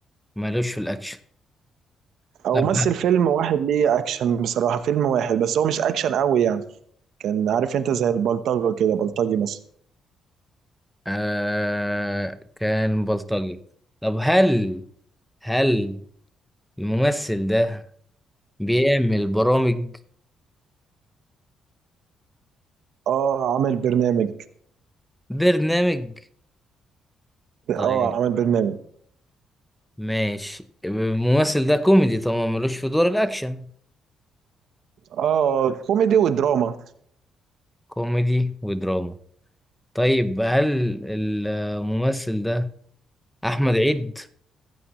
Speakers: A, in the centre; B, on the right.
A: مالوش في الأكشن
B: او
A: طب
B: مثل
A: ه-
B: فيلم واحد ليه اكشن بصراحه فيلم واحد بس هو مش اكشن قوي يعني كان عارف انت زي البلطجه كده بلطجي مثلا
A: آه كان بلطجي طب هل هل الممثل ده بيعمل برامج
B: اه عامل برنامج
A: برنامج طيب
B: اه عامل برنامج
A: ماشي الممثل ده كوميدي طبعا ملوش في دور الأكشن
B: اه كوميدي ودراما
A: كوميدي ودراما طيب هل الممثل ده أحمد عيد؟